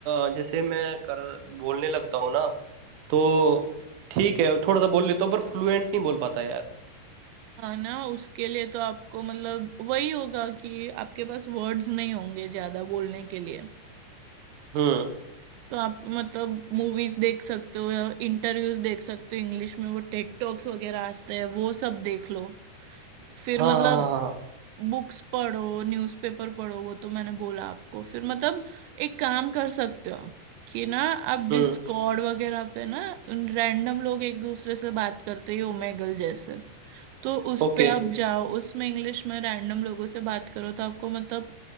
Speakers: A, on the right; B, on the right.
A: अ, जैसे मैं कर बोलने लगता हूँ ना तो ठीक है थोड़ा सा बोल लेता हूँ पर फ्लुएंट नहीं बोल पाता यार
B: हाँ ना उसके लिए तो आपको मतलब वही होगा कि आपके पास वर्ड्स नहीं होंगे ज्यादा बोलने के लिए
A: हम्म
B: तो आप मतलब मूवीज देख सकते हो इंटरव्यूज देख सकते हो इंग्लिश में वो टेड टॉक्स वगैरह आते हैं वो सब देख लो फिर
A: हाँ
B: मतलब
A: हाँ हाँ हाँ,
B: बुक्स पढ़ो न्यूज़पेपर पढ़ो वो तो मैंने बोला आपको फिर मतलब एक काम कर सकते हो आप कि ना आप डिस्कॉर्ड
A: हम्म
B: वगैरह पे ना रैंडम लोग एक दूसरे से बात करते ही ओमेगल जैसे तो उस
A: ओके
B: पे आप जाओ उसमें इंग्लिश में रैंडम लोगों से बात करो तो आपको मतलब